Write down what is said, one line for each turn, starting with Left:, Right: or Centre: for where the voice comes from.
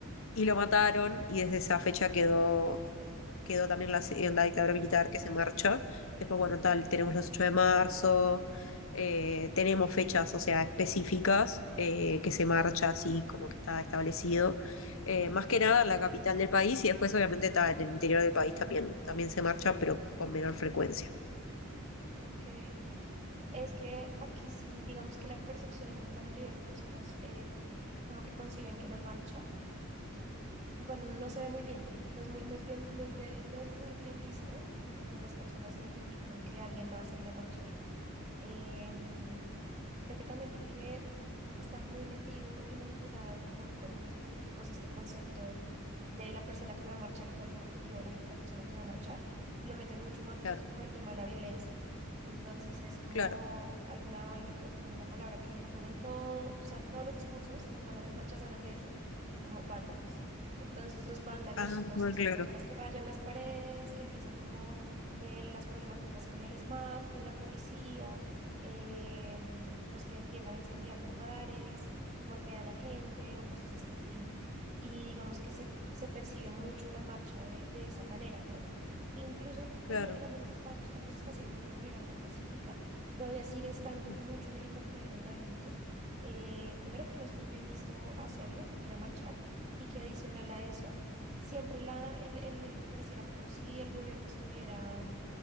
Left: y lo mataron, y desde esa fecha quedó quedó también la, en la dictadura militar que se marcha. Después, bueno, tal,
Right: ok,
Left: tenemos los 8 de marzo, eh, tenemos fechas, o sea, específicas eh, que se marcha así como que está establecido. Eh, más que nada en la capital del país y después obviamente está en el interior del país también, también se marcha, pero con menor frecuencia.
Right: ok. Es que aquí sí, digamos que la percepción, la mayoría de las personas eh, como que conciben que la marcha bueno, no se ve muy bien, no es muy, no es bien, no es de, no es muy bien visto cuando las personas identifican que alguien va a salir a marchar. Em, creo que también porque está muy metido y manipulado como en términos políticos este concepto de la persona que va a marchar y cuál es el objetivo de la, de la persona que va a marchar. Y lo meten mucho más desde
Left: Claro,
Right: como el tema de la violencia. Entonces es como,
Left: claro.
Right: hay una vaina que usan, una palabra que usan en todo, usan en todos los discursos, cuando hablan de marchas hablan de eso, y es como vándalos. Entonces los vándalos,
Left: Ah,
Right: no
Left: bueno,
Right: sé, son
Left: claro,
Right: personas que rayan las paredes, que empiezan como eh, las problemáticas con el SMAT, con la policía, em, los que empiezan a incendiar lugares, golpean a gente o cosas de este estilo y digamos que se, se percibe mucho la marcha de, de esa manera, ¿no? Incluso
Left: claro,
Right: en, en algunos espacios cuando se está haciendo de una manera muy pacífica, todavía sigue estando
Left: ujú,
Right: mucho en el imaginario de la gente. Eh, primero que no es muy bien visto hacerlo, ir a marchar, y que adicional a eso, siempre la, el, el- el- pareciera como si el gobierno estuviera mm,